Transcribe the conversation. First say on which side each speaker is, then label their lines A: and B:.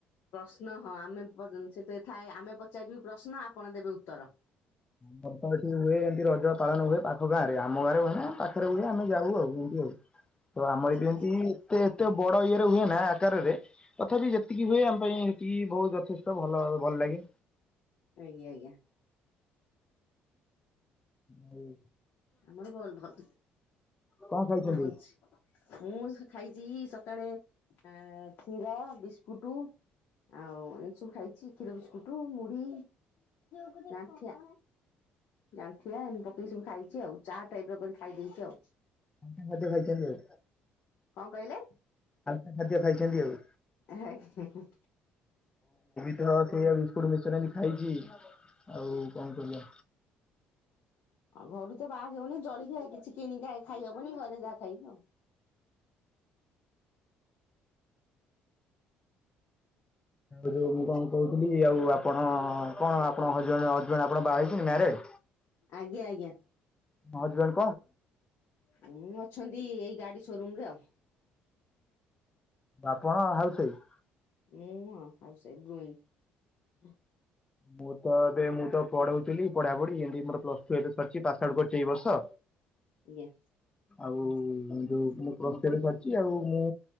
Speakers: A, on the left; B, on the left.
A: ପ୍ରଶ୍ନ ହଁ ଆମେ ସେତେ ଥାଏ ଆମେ ପଚାରିବୁ ପ୍ରଶ୍ନ ଆପଣ ଦେବେ ଉତ୍ତର।
B: ପବ ଏଠି ହୁଏ ଏମିତି ରଜ ପାଳନ ହୁଏ। ପାଖ ଗାଁ ରେ ଆମ ଗାଁରେ ହୁଏ ନା ପାଖରେ ହୁଏ ଆମେ ଯାଉ ଆଉ ଏମତି ଆଉ ତ ଆମର
A: ଆଚ୍ଛା
B: ଏଠି
A: ଆଚ୍ଛା
B: ଏମିତି ଏତେ ଏତେ ବଡ ଇଏରେ ହୁଏ ନା ଆକାରରେ ତଥାପି ଯେତିକି ହୁଏ ଆମ ପାଇଁ ସେତିକି ବହୁତ ଯଥେଷ୍ଟ ଭଲ ଭଲ ଲାଗେ।
A: ଆଜ୍ଞା ଆଜ୍ଞା।
B: ହଁ ଆ।
A: ଆମର ଭଲ ଭଲ
B: କଣ ଖାଇଛନ୍ତି?
A: ଭଲଛି ମୁଁ ଖାଇଛି ସକାଳେ ଆ କ୍ଷୀର ବିସ୍କୁଟୁ ଆଉ ଏ ସବୁ ଖାଇଚି, କ୍ଷୀର ବିସ୍କୁଟୁ ମୁଢି ଗାଁଠିଆ ଗାଁଣ୍ଠିଆ ଏମିତି ପକେଇକି ସବୁ ଖାଇଚି ଆଉ ଚା ଟାଇପ ର ଖାଇ ଦେଇଚି ଆଉ,
B: ହାଲକା ଖାଦ୍ୟ ଖାଇଛନ୍ତି ଆଉ
A: କଣ କହିଲେ?
B: ଆ ଖାଦ୍ୟ ଖାଇଛନ୍ତି ଆଉ
A: ଆ ହା ହା
B: ହ ସେଇଆ ବିସ୍କୁଟ୍ ମିକ୍ସ୍ଚର୍ ଆଜି ଖାଇଚି ଆଉ କଣ କର
A: ଘରୁ ତ ବାହା ଜଳିଖିଆ କିଛି କିଣିକି ଖାଇ ଖାଇହବନି ଘରେ ଯାହା ଖାଇବ ଆ।
B: ଯୋଉ ମୁଁ କଣ କୋହୁଥିଲି ଆଉ ଆପଣ କଣ ଆପଣ ହଜ ହଜବେଣ୍ଡ ଆପଣ ବାହା ହେଇ ମାରେଡ୍?
A: ଆଜ୍ଞା ଆଜ୍ଞା।
B: ମତେ ଜ
A: ହଁ ଅଛନ୍ତି ଏଇ ଗାଡି ସୋରୁମ ରେ ଆଉ।
B: ଆପଣ ହଉସ୍ ୱଆଇଫ୍?
A: ହଁ ହାଉସ୍ ୱାଇଫ୍ <unintelligible>
B: ମୁଁ ତ ଏବେ ମୁଁ ତ ପଢଉଥିଲି ପଢା ପଢି ଏମିତି ମୋର ପ୍ଲସ ଟୁ ଏବେ ସରିଚି ପାସ ଆଉଟ କରିଚି ଏଇ ବର୍ଷ।
A: ଆଜ୍ଞା
B: ଆଉ ଉ ମୁଁ ପ୍ଲାସ ଥ୍ରୀ କରିଚି ଆଉ ମୁଁ